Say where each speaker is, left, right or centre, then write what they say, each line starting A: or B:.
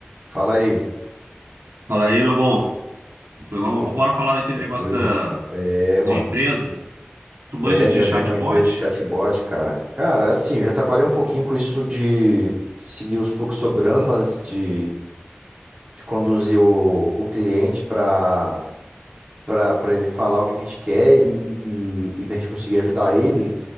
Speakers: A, on the right; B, on the right.
A: Fala aí.
B: Fala aí, meu bom. Tranquilão?
A: Sim,
B: Vamos embora falar daquele
A: Tranquilo.
B: negócio da,
A: É,
B: de
A: mano.
B: empresa. Tu manja
A: É
B: de
A: de abrir
B: chatbot?
A: uma empresa de chatbot, cara. Cara, assim, eu já trabalhei um pouquinho com isso de seguir os fluxogramas, de, de conduzir o, o cliente para para ele falar o que a gente quer e, e, e, e pra gente conseguir ajudar ele.